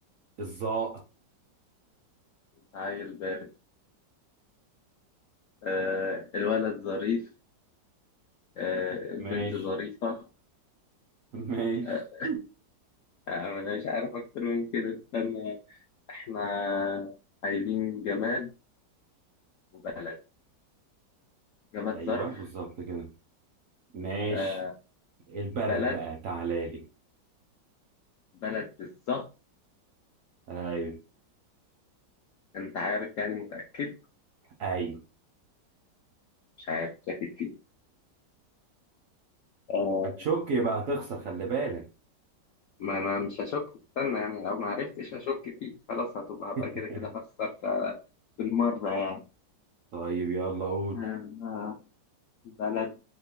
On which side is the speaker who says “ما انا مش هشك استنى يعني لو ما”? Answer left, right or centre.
Left